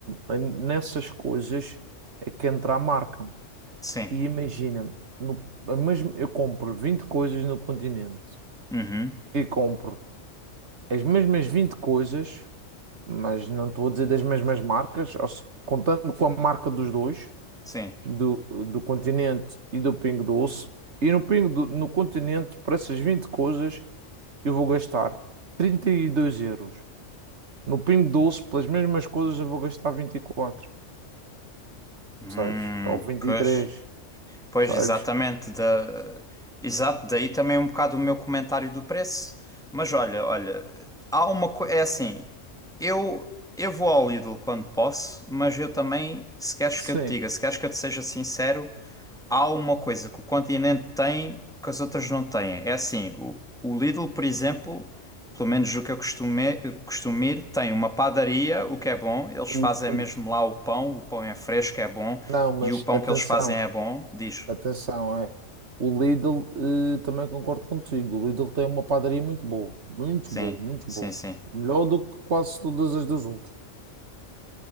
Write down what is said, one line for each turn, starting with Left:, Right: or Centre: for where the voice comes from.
Right: que nessas coisas é que entra a marca.
Centre: sim,
Right: E imagina, no, a mesma- eu compro 20 coisas no Continente
Centre: uhum,
Right: e compro as mesmas 20 coisas, mas não estou a dizer das mesmas marcas, ou se- contando com a marca dos dois,
Centre: sim.
Right: do, do Continente e do Pingo Doce. E no, Pingo do- no Continente, para essas 20 coisas, eu vou gastar 32 euros. No Pingo Doce, pelas mesmas coisas, eu vou gastar vinte e quatro
Centre: Hum,
Right: percebes? Ou vinte
Centre: pois.
Right: e três
Centre: Pois,
Right: percebes?
Centre: exatamente. Da... Exato, daí também um bocado o meu comentário do preço. Mas olha, olha, há uma coisa. É assim, eu, eu vou ao Lidl quando posso, mas eu também, se queres
Right: Sim.
Centre: que eu te diga, se queres que eu te seja sincero, há uma coisa que o Continente tem que as outras não têm. É assim, o, o Lidl, por exemplo, pelo menos o que eu costumo, costumo ir, tem uma padaria, o que é bom, eles
Right: o-
Centre: fazem
Right: Ui.
Centre: mesmo lá o pão, o pão é fresco, é bom,
Right: Não, mas
Centre: e o pão
Right: atenção,
Centre: que eles fazem é bom, diz.
Right: atenção, é. O Lidl, eh, também concordo contigo. O Lidl tem uma padaria muito boa, muito
Centre: Sim,
Right: boa, muito
Centre: sim,
Right: boa.
Centre: sim,
Right: Melhor do que quase todas as dos outros.